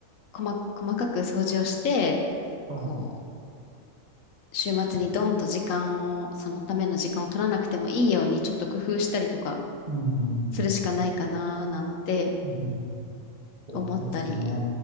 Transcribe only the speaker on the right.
はい。
うん、
うん、そうですね。